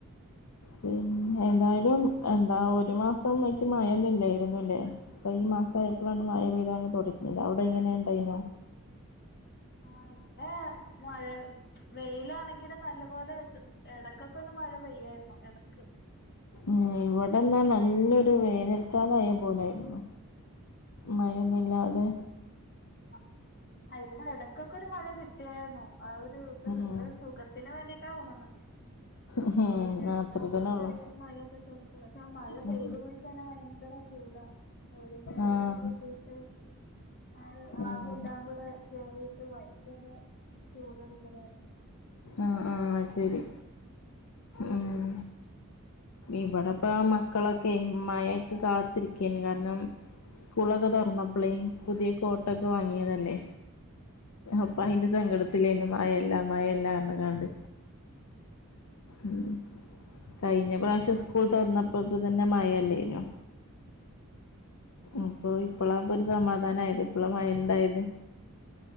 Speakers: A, on the left; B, on the left.
A: പിന്നെ എന്തായാലും എന്താ ഒരു മാസം ആയിട്ട് മഴൊന്നും ഇല്ലായിരുന്നുല്ലേ അപ്പൊ ഈ മാസായപ്പഴാണ് മയ പെയതാങ്ങ് തുടങ്ങിയത് അവിടെ എങ്ങനെയ ഉണ്ടയ്നോ
B: ആഹ് ഇവിടെ മഴ വെയിലാണെ ങ്കിലും നല്ല പോലെ എടക്കൊക്കെ ഒന്ന് മഴ പെയ്യായിരുന്നു എടക്ക്
A: ഏഹ് ഇവിടെന്നാ നല്ലൊരു വേനൽക്കാല ആയ പോലായിരുന്നു മയൊന്നുല്ലാതെ
B: ആഹ് ആ ഇവിടെ ഇടക്കൊക്കെ ഒരു മഴ കിട്ടിയായിരുന്നു ആ ഒരു ഇത്
A: ഉം
B: സുഖ ത്തിന് വേണ്ടിട്ടാ തോന്നണത്
A: ഉം
B: അത്യാവശ്യം
A: അത്ര
B: ഒരു
A: തന്നെ
B: ചെറിയൊരു
A: ഉള്ളു
B: മഴയൊക്കെ കെട്ട പക്ഷെ ആ മഴ
A: ഉം
B: പെയ്ത് പോഴിക്കഴിഞ്ഞ ഭയങ്കര ചൂടാ ഒരു നേരക്കെ
A: ആഹ്
B: കിട്ടീട്ട് ആ
A: ഉം
B: ആവിയെല്ലാം കൂടെ കേറീട്ട് ഭയങ്കര ചൂട് എടുക്കലായിരുന്നു
A: ആഹ് ആഹ് അഹ് ശരി ഉം ഇവിടെപ്പ മക്കളൊക്കെ മഴക്ക് കാത്തിരിക്കായിരുന്നു കാരണം സ്കൂളൊക്കെ തുറന്നപ്പളേ പുതിയ കോ ട്ടൊക്കെ വാങ്ങിയതല്ലേ അപ്പൊ അതിന്റെ സങ്കട ത്തിലേനു മഴെല്ല മഴെല്ല അറിഞ്ങ്ങാണ്ട് ഉം കഴിഞ്ഞ പ്രാവശ്യ സ്കൂൾ തുറന്നപ്പോ തന്നെ മഴല്ലേനോ അപ്പൊ ഇപ്പളാപ്പൊ ഒരു സമാധാനയത് ഇപ്പള മയണ്ടായത്